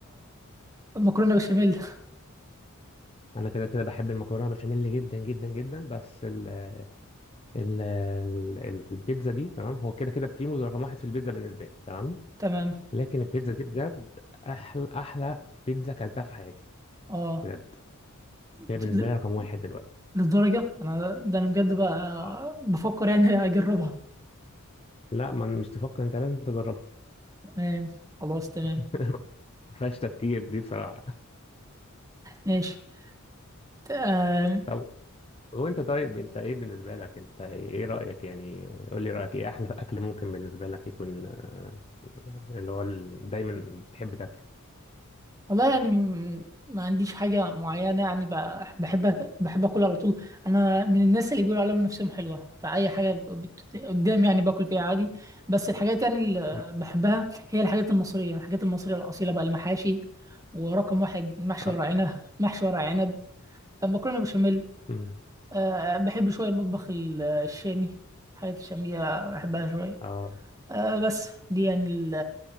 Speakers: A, on the right; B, on the left.
A: مكرونه بشاميل
B: انا كده كده بحب المكرونه بشاميل جدا جدا جدا بس ال ال ال- البيتزا دي تمام هو كده كده بريموز رقم واحد في البيتزا بالنسبه لي تمام
A: تمام
B: لكن البيتزا دي بجد احلى احلى بيتزا كلتها في حياتي
A: اه
B: بجد هي بالنسبه
A: د- ل-
B: لي رقم واحد دلوقتي
A: للدرجه انا ده انا بجد بقى آه،
B: آه.
A: بفكر يعني اجربها
B: لا ما انا مش تفكر انت لازم تجربها
A: تمام خلاص تمام
B: <laughs> ما فيهاش تفكير دي بصراحة
A: ماشي ت- آم،
B: طب وانت طيب انت ايه بالنسبة لك انت ايه رأيك يعني قول لي رأيك ايه احلى اكل ممكن بالنسبة لك يكون آه، اللي هو ال- دايما بتحب تاكله
A: والله يعني م- ما عنديش حاجه معينه يعني ب- بحب بحب اكل على طول انا من الناس اللي بيقولوا عليهم نفسهم حلوه فاي حاجه بت- قدام يعني باكل فيها عادي بس الحاجات يعني اللي
B: مم.
A: بحبها هي الحاجات المصريه الحاجات المصريه الاصيله بقى المحاشي ورقم واحد محشي
B: اه
A: ورق
B: طبعا
A: عنب محشي ورق عنب مكرونه بشاميل
B: مم.
A: أه بحب شويه المطبخ ال- الشامي الحاجات الشاميه بحبها شويه
B: اه
A: أه بس دي يعني ال-